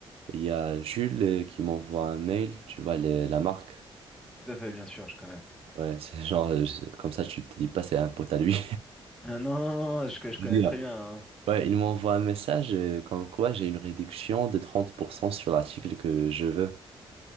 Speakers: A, on the right; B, in the centre.
A: Il y a Jules euh, qui m'envoie un mail, tu vois, le- la marque.
B: Tout à fait, bien sûr, je connais. <laughs>
A: Ouais, c'est genre, euh, je- comme ça, tu te dis pas, c'est un pote à lui.
B: Ah, non, non, non, je, je
A: <laughs>
B: connais très bien. hein.
A: Ouais, il m'envoie un message euh, comme quoi j'ai une réduction de 30% sur l'article que je veux.